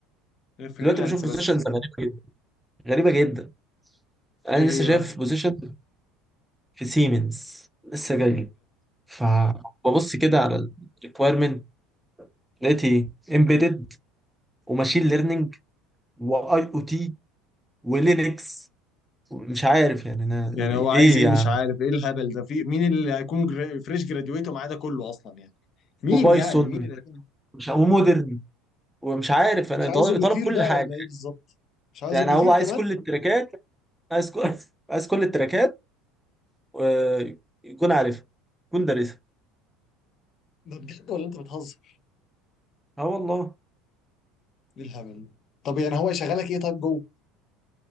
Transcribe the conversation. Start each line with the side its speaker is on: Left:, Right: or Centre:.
Left: غير فريلانس
Centre: دلوقتي بشوف بوزيشنز
Left: بس
Centre: غريبه جدا غريبه جدا انا
Left: ايه
Centre: لسه
Left: هي
Centre: شايف
Left: بقى
Centre: بوزيشن في سيمنز لسه جاي فببص كده على الريكويرمنت لقيت ايه امبيدد وماشين ليرنينج واي او تي ولينكس مش عارف يعني انا
Left: يعني
Centre: يعني
Left: هو عايز
Centre: ايه
Left: ايه
Centre: يا
Left: مش
Centre: عم
Left: عارف ايه الهبل ده في مين اللي هيكون جرا- فريش جراديويت ومعاه ده كله اصلا يعني مين
Centre: وبايثون
Left: يعني مين اللي هيكون
Centre: مش ومودرن ومش عارف انا
Left: مش عايزه
Centre: طالب
Left: بيطير
Centre: طالب كل
Left: بقى
Centre: حاجه
Left: ولا ايه بالظبط مش عايزه
Centre: يعني
Left: بيطير
Centre: هو عايز
Left: كمان
Centre: كل التراكات عايز كل <laughs> عايز كل التراكات آه، يكون عارفها يكون دارسها
Left: ده بجد ولا انت بتهزر
Centre: اه والله
Left: ايه الهبل ده؟ طب يعني هو يشغلك ايه طيب جوه